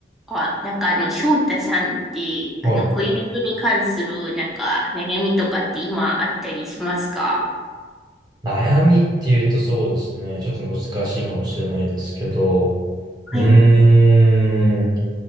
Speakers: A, in the centre; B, on the right.
A: あ、なんかあの、翔太さんって、
B: はい。
A: あの、恋人に関する、なんか、悩みとかって今あったりしますか
B: 悩みっていうとそうですね。ちょっと難しいかもしれないですけど。うーん。
A: はい。